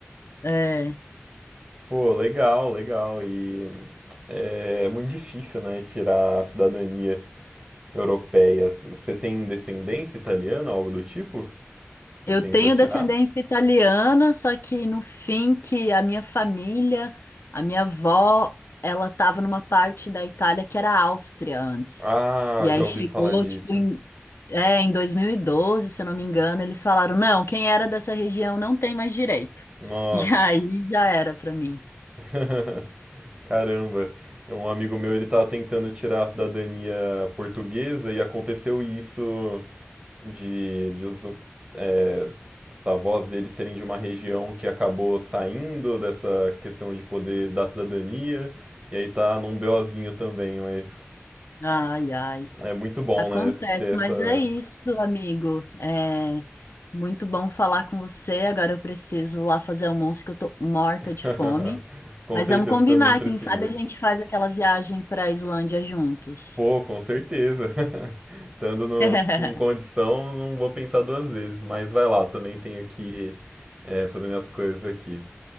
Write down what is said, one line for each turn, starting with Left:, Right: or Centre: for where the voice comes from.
Left: É.
Right: Pô, legal, legal. E é, é muito difícil, né, tirar a cidadania europeia. Você tem descendência italiana, algo do tipo? Você
Left: Eu
Right: tentou
Left: tenho
Right: tirar?
Left: descendência italiana, só que no fim que a minha família, a minha avó, ela estava numa parte da Itália que era Áustria antes.
Right: Ah,
Left: E aí
Right: já ouvi
Left: chegou,
Right: falar disso.
Left: tipo, em, é, em 2012, se eu não me engano, eles falaram, não, quem era dessa região não tem mais direito. <laughs>
Right: Nossa.
Left: E aí já era para mim.
Right: <laughs> Caramba. Um amigo meu, ele tava tentando tirar a cidadania portuguesa e aconteceu isso de, de os, é, os avós dele serem de uma região que acabou saindo dessa questão de poder da cidadania. E aí tá num BOzinho também, mas
Left: Ai, ai.
Right: é muito bom,
Left: Acontece,
Right: né? Ter essa.
Left: mas é isso, amigo. É muito bom falar com você. Agora eu preciso lá fazer almoço que eu tô morta
Right: <laughs>
Left: de fome.
Right: Com
Left: Mas
Right: certeza
Left: vamos combinar,
Right: também precisa.
Left: quem sabe a gente faz aquela viagem para a Islândia juntos.
Right: Pô, com certeza. <laughs> Estando no-
Left: <laughs>
Right: com condição, não vou pensar duas vezes. Mas vai lá, também tenho que eh, fazer minhas coisas aqui.